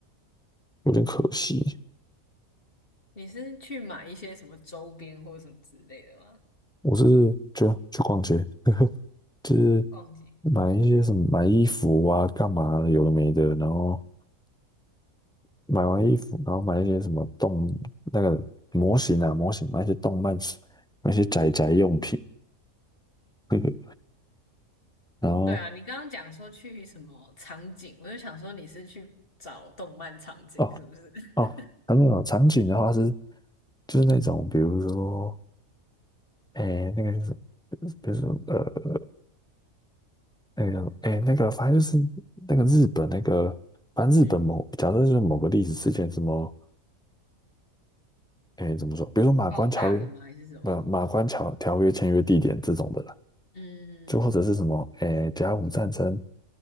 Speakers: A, in the centre; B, on the left.
A: 有点可惜。
B: 你是去买一些什么周边或什么之类的吗？
A: 我是就去逛街，就是
B: 逛街？
A: 买一些什么买衣服啊，干嘛的有的没的，然后买完衣服，然后买一些什么动那个模型啊，模型买一些动漫，买一些宅宅用品，<laughs> 呵呵然后
B: 对啊，你刚刚讲说去什么场景，我就想说你是去找动漫场景是不是？
A: 哦哦，
B: <laughs>
A: 还没有场景的话是就是那种，比如说诶那个就是什么比如说呃那个诶那个反正就是那个日本那个，反正日本某假设就是某个历史事件什么
B: 嗯，
A: 诶怎么说，比如说马关条约，
B: 爆炸的吗？还是什么？
A: 不马关条条约签约地点这种的啦。
B: 嗯
A: 就或者是什么，诶，甲午战争，